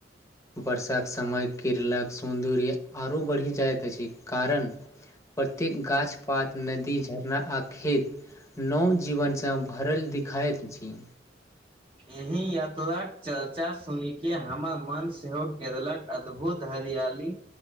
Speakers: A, on the left (about 15°); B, on the right (about 30°).
A: वर्षाक समय किरलक सुन्दूरी आरो बढ़ि जाइत अछि कारण प्रत्येक गाछ पात नदी झरना आ खेत नव जीवनसँ भरल दिखाइत अछि
B: एहि यात्राक चर्चा सुनिके हमर मन सेहो क देलक अद्भुत हरियाली